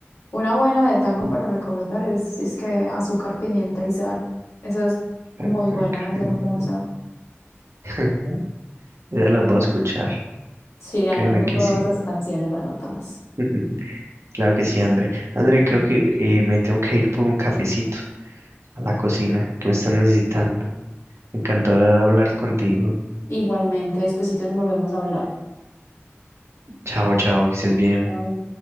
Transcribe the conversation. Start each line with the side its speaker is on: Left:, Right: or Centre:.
Left: Una buena de tango
Right: <laughs> Y
Left: para recomendar es, si es que azúcar, pimienta y sal. Esa es
Right: Carter
Left: muy buena,
Right: Carpenter.
Left: es hermosa.
Right: <laughs> Ya las voy a escuchar,
Left: Sí, anoto
Right: créeme que
Left: todas
Right: sí.
Left: las canciones, anótalas.
Right: <laughs> Claro que sí, André. André, creo que eh, me tengo que ir por un cafecito a la cocina, que me están necesitando. Me encantó hablar contigo.
Left: Igualmente, despuesito nos volvemos a hablar.
Right: Chao, chao, que estés bien.
Left: Chao.